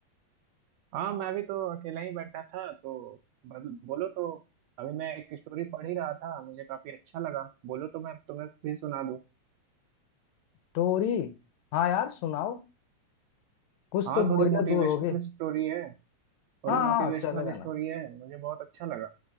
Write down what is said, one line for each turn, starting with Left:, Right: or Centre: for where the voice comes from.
Right: हाँ मैं भी तो अकेला ही बैठा था तो बल- बोलो तो अभी मैं एक स्टोरी पढ़ ही रहा था मुझे काफी अच्छा लगा बोलो तो मैं तुम्हें भी सुना दूँ
Left: स्टोरी हाँ यार सुनाओ कुछ
Right: हाँ
Left: तो बोरियत
Right: थोड़ी मोटिवेशनल
Left: दूर होगी
Right: स्टोरी है थोड़ी
Left: हाँ
Right: मोटिवेशनल
Left: हाँ चलेगा
Right: स्टोरी
Left: ना
Right: है मुझे बहुत अच्छा लगा